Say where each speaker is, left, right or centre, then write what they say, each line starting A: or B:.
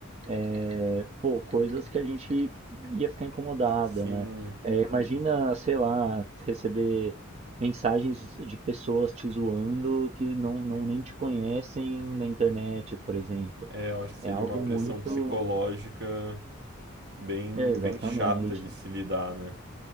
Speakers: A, on the right; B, on the right.
A: é, pô, coisas que a gente ia ficar incomodada,
B: Sim,
A: né? É, imagina, sei lá, receber mensagens de de pessoas te zoando que não, não nem te conhecem na internet, por exemplo.
B: é, eu acho que seria
A: É algo
B: uma pressão
A: muito.
B: psicológica bem,
A: É, exatamente.
B: bem chata de se lidar, né?